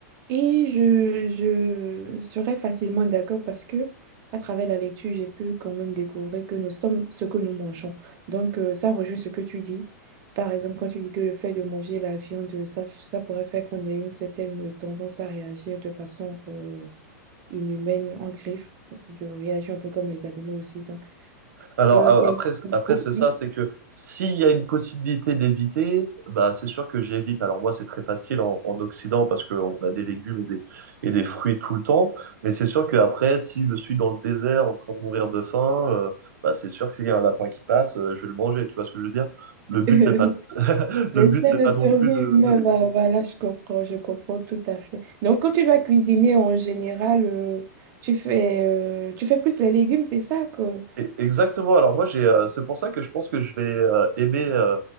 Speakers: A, on the right; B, on the right.
A: Et je, je serais facilement d'accord parce que à travers la lecture, j'ai pu quand même découvrir que nous sommes ce que nous mangeons. Donc, euh, ça rejoint ce que tu dis. Par exemple, quand tu dis que le fait de manger la viande, ça, f- ça pourrait faire qu'on ait une certaine tendance à réagir de façon euh, inhumaine, en griffe, de réagir un peu comme les animaux aussi. Donc,
B: Alors
A: euh,
B: a-
A: c'est...
B: après, après c'est ça,
A: Oui.
B: c'est que s'il y a une possibilité d'éviter, bah c'est sûr que j'évite. Alors moi c'est très facile en, en Occident parce qu'on a des légumes et des, et des fruits tout le temps, mais c'est sûr qu'après si je suis dans le désert en train de mourir de faim, euh, bah c'est sûr que s'il y a un lapin qui passe, euh, je vais le manger. Tu vois ce que je veux dire? Le but
A: <laughs>
B: c'est pas, le
A: L'essai
B: but c'est
A: de
B: pas
A: survivre
B: non plus de
A: humaine, bah, voilà, je comprends, je comprends tout à fait. Donc, quand tu dois cuisiner en général, euh, tu fais, euh, tu fais plus les légumes, c'est ça que...
B: Et- Exactement. Alors moi, j'ai, euh, c'est pour ça que je pense que je vais euh, aimer euh,